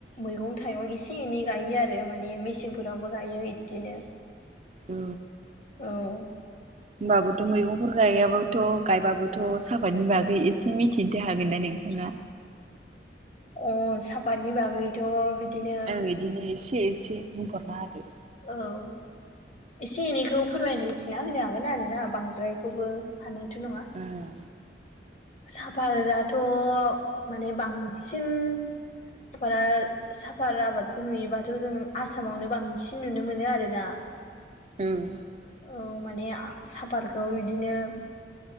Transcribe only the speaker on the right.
औ
होमबाबोथ' मैगंफोर गायाबोथ' गायबाबोथ' साफातनि बागै एसे मिथिनोथ हागोन ना नोंथाङा।
ओं बिदिनो एसे एसे बुंहरना होदो।
उम
उम